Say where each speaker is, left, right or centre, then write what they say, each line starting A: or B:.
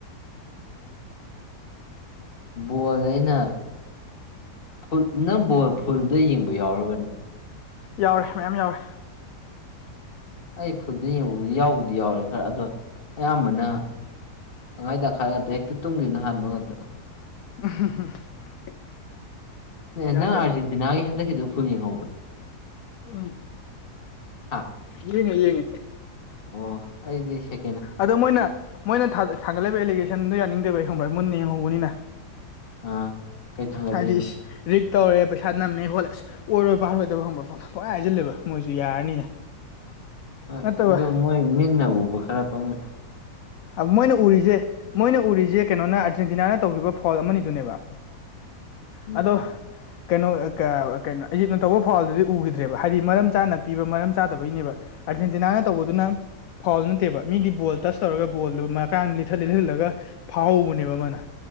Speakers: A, on the left; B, on the left.
A: ꯕꯣꯜ ꯑꯩꯅ ꯐꯨꯠꯅ ꯕꯣꯜ ꯐꯨꯜꯗ ꯌꯦꯡꯕ ꯌꯥꯎꯔꯥꯕꯅꯦ
B: ꯌꯥꯎꯔꯦ ꯃꯌꯥꯝ ꯌꯥꯎꯔꯦ
A: ꯑꯩ ꯐꯨꯜꯗ ꯌꯦꯡꯕꯕꯨꯗꯤ ꯌꯥꯎꯕꯨꯗꯤ-ꯌꯥꯎꯔꯦ ꯈꯔ ꯑꯗꯣ ꯑꯌꯥꯝꯕꯅ ꯇꯪꯈꯥꯏ-ꯇꯪꯈꯥꯏꯒ ꯍꯦꯛꯇ ꯇꯨꯝꯒꯤꯕꯅ ꯍꯥꯟꯕ ꯉꯥꯛꯇ
B: <unintelligible>
A: ꯅꯪ
B: ꯌꯥꯗꯦꯕ
A: ꯑꯥꯔꯖꯦꯟꯇꯤꯅꯥꯒꯤ ꯍꯟꯗꯛꯀꯤꯗꯣ ꯐꯨꯜ ꯌꯦꯡꯍꯧꯕ꯭ꯔꯥ
B: ꯎꯝ
A: ꯍꯥ
B: ꯌꯦꯡꯉꯦ-ꯌꯦꯡꯉꯦ
A: ꯑꯣ ꯑꯩꯗꯤ ꯁꯦ
B: ꯑꯗꯣ ꯃꯣꯏꯅ-ꯃꯣꯏꯅ ꯊꯥꯡꯒꯠ-ꯊꯥꯡꯂꯛꯏꯕ ꯑꯦꯂꯤꯒꯦꯁꯟꯗꯣ ꯌꯥꯅꯤꯡꯗꯦꯕ ꯑꯩ ꯈꯪꯕ꯭ꯔ ꯃꯨꯟꯅ ꯌꯦꯡꯍꯧꯕꯅꯤꯅ
A: ꯑꯥ ꯀꯩ ꯊꯥꯡꯒꯠꯂꯛꯏꯅꯣ
B: ꯍꯥꯏꯔꯤꯁꯤ ꯔꯤꯛ ꯇꯧꯔꯦ ꯄꯩꯁꯥ ꯅꯝꯃꯦ ꯈꯣꯠꯂꯦꯁ ꯑꯣꯏꯔꯣꯏꯕꯥꯔꯣꯏꯗꯕ ꯈꯪꯕ꯭ꯔꯥ ꯄꯣ ꯍꯥꯏ ꯍꯥꯏꯁꯤꯜꯂꯦꯕ ꯃꯣꯏꯁꯨ ꯌꯥꯔꯅꯤꯅ
A: ꯍꯣꯏ
B: ꯅꯠꯇꯕ
A: ꯑꯗꯨ ꯃꯣꯏ ꯃꯤꯠꯅ ꯎꯕ ꯈꯔ ꯐꯪꯉ
B: ꯃꯣꯏꯅ ꯎꯔꯤꯁꯦ ꯃꯣꯏꯅ ꯎꯔꯤꯁꯦ ꯀꯩꯅꯣꯅ ꯑꯔꯖꯦꯟꯇꯤꯅꯥꯅ ꯇꯧꯈꯤꯕ ꯐꯣꯜ ꯑꯃꯅꯤꯗꯨꯅꯦꯕ
A: ꯎꯝ
B: ꯑꯗꯣ ꯀꯩꯅꯣ ꯀꯩꯅꯣ ꯏꯖꯤꯠꯅ ꯇꯧꯕ ꯐꯥꯎꯜꯗꯨꯗꯤ ꯎꯈꯤꯗ꯭ꯔꯦꯕ ꯍꯥꯏꯗꯤ ꯃꯔꯝ ꯆꯥꯅ ꯄꯤꯕ ꯃꯔꯝ ꯆꯥꯗꯕꯩꯅꯦꯕ ꯑꯥꯔꯖꯦꯟꯇꯤꯅꯥꯅ ꯇꯧꯕꯗꯨꯅ ꯐꯥꯎꯜ ꯅꯠꯇꯦꯕ ꯃꯤꯗꯤ ꯕꯣꯜ ꯇꯁ ꯇꯧꯔꯒ ꯐꯨꯠꯕꯣꯜꯗꯨ ꯃꯀꯥꯟ ꯂꯤꯊꯠ ꯂꯤꯊꯠꯂꯒ ꯐꯥꯎꯍꯧꯕꯅꯦꯕ ꯑꯃꯅ